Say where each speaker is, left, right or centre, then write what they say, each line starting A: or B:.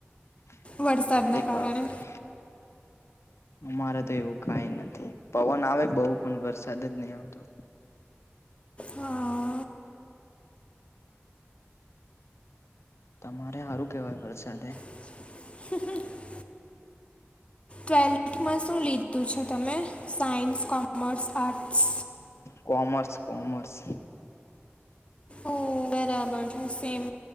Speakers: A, on the left; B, on the left.
A: <unintelligible>
B: વરસાદના
A: અરે
B: કારણે
A: બાપ રે. અમારે તો એવું કઈ નથી પવન આવે બહુ પણ વરસાદ જ નહી આવતો.
B: હા.
A: તમારે સારું કહેવાય વરસાદે.
B: <inaudible> ટ્વેલ્થમાં શું લીધું છે? તમે, science, commerce, arts.
A: Commerce. Commerce.
B: ઓ બરાબર સેમ.